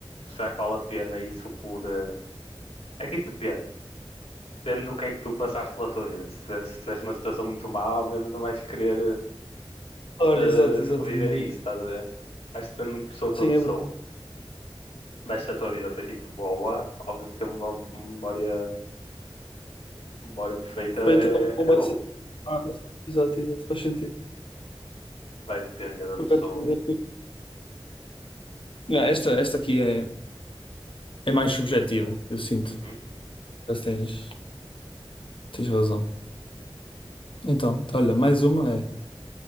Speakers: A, on the left; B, on the left.
A: será que vale a pena isso por. eh, É que tipo depende. Depende do que é que tu passaste pela tua vida. Se tivesse, se tiveste uma situação muito má, obviamente não vais querer
B: Claro,
A: eh,
B: exato, exato,
A: reviver
B: exato.
A: isso, estás a ver? Acho que depende muito de pessoa para
B: Sim,
A: pessoa.
B: é verdade.
A: Mas se a tua vida foi tipo boa, óbvio que ter uma memória, memória perfeita é,
B: Perfeito, não, não
A: é
B: vai
A: bom.
B: ser. Ah, Exato, exato, faz sentido.
A: Vai depender da
B: Por
A: pessoa.
B: acaso, eu- Não, esta, esta aqui é, é mais subjetiva, eu sinto.
A: Uhum,
B: Mas tens, tens razão. Então, olha, mais uma é: